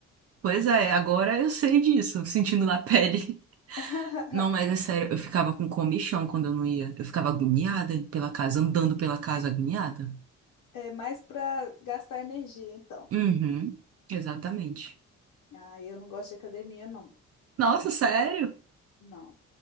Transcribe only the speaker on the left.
<laughs>
É mais para gastar energia, então.
Ah, eu não gosto de academia, não.
Não.